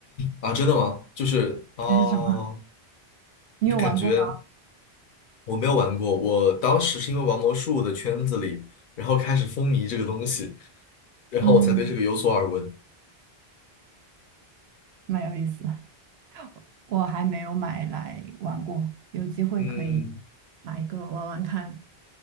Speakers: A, on the left; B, on the right.
A: 啊？真的吗？就是哦，
B: 还是什么？你有玩过吗？
A: 就感觉我没有玩过，我当时是因为玩魔术的圈子里，然后开始风靡这个东西，然后我才对这个有所耳闻。
B: 嗯，蛮有意思的，我还没有买来玩过，有机会可以
A: 嗯，
B: 买一个玩玩看。